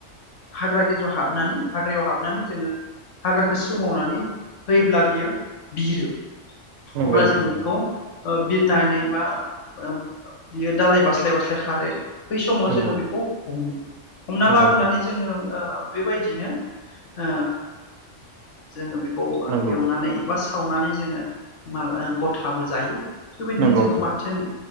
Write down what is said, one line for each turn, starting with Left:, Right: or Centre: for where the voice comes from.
Left: हाग्रा गेजेराव हाबनानै हाग्रायाव हाबनानै जोङो हाग्राखौ सोमावनानै होयोब्ला बियो बिरो
Right: नोंथां
Left: अब्ला जोङो बेखौ ओ बिरनानै बा बियो दालाय बास्लाय बास्लाय खारो बै समाव
Right: नंगौ
Left: जोङो बेखौ हमो हमना
Right: नंगौ
Left: लाबोनानै
Right: नोंथां
Left: जोङो ओ बेबायदिनो ओ जोङो बेखौ खौ
Right: नंगौ
Left: एवनानै बा सावनानै जोङो मा गथाबो जायो बेबायदिनो
Right: नंगौ
Left: जोङो
Right: नोंथां औ नंगौ नोंथां नंगौ नोंथां
Left: बाथोन